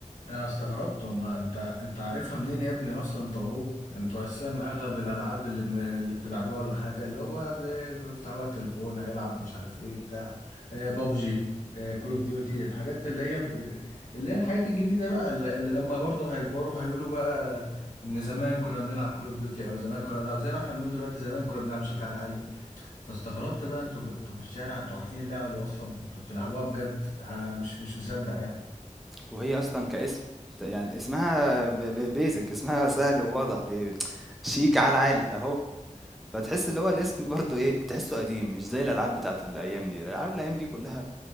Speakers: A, on the left; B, in the centre.
A: انا استغربت وما انت انت عارفها منين يا ابني اصلا طب هو انتوا اساسا اغلب الالعاب اللي بن... اللي بتلعبوها ولا حاجه اللي هو ب- بيفتح بقى التليفون هيلعب مش عارف ايه بتاع آه بابجي آه كول اوف ديوتي الحاجات اللي هي ب- اللي هي الحاجات الجديده بقى اللي, اللي لما برضه هيكبروا هيقولوا بقى ان زمان كنا بنلعب كول اوف ديوتي او زمان كنا بنلعب زي ما احنا بنقول دلوقتي زمان كنا بنلعب شيك على عالي فاستغربت بقى انتوا في... انتوا في الشارع انتوا عارفين اللعبه دي اصلا انتوا بتلعبوها بجد انا مش مش مصدق يعني
B: وهي اصلا كاسم ت- يعني اسمها بيزك اسمها سهل وواضح بي- شيك على العالي اهو فتحس اللي هو الاسم برضه ايه تحسه قديم مش زي الالعاب بتاعت الايام دي الالعاب الايام دي كلها